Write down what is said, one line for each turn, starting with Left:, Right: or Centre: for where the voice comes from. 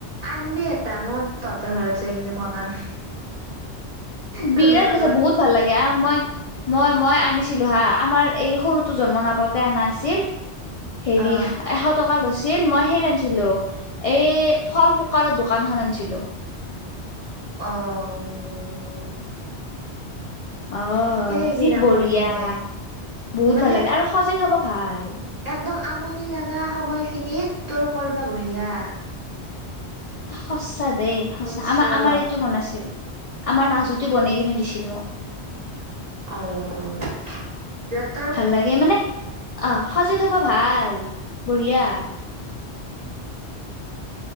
Right: আনবি এটা মই তহতৰ ঘৰত যাই কিনে বনাম। তোৰ
Left: বিৰাট
Right: লগত
Left: বেচে বহুত ভাল লাগে, আ মই মই- মই আনিছিলো হা, আমাৰ এই সৰুটো জন্ম নাপাওঁতে আনা আছিল, হেৰি
Right: অ',
Left: এশ টকা লৈছিল, মই সেই আনছিলো, এই ফল ফুকাৰৰ দোকানখন আনছিলো।
Right: অ'। উম।
Left: অ',
Right: এইগিলা
Left: যি বঢ়িয়া,
Right: কৰি কিনে
Left: বহুত
Right: মানে
Left: ভাল লাগে আৰু সজে থ'ব ভাল।
Right: একদম আমনি লগা সময়খিনিত তোৰ কৰবা বঢ়িয়া।
Left: সঁচা দেই সঁচা,
Right: বুজছা
Left: আমাৰ- আমাৰ এইটো বনাইছিল, আমাৰ মাজুটোৱে বনাই কিনে দিছিল মোক।
Right: অ', ইয়াত
Left: ভাল লাগে মানে, অ', সজে থ'ব ভাল, বঢ়িয়া।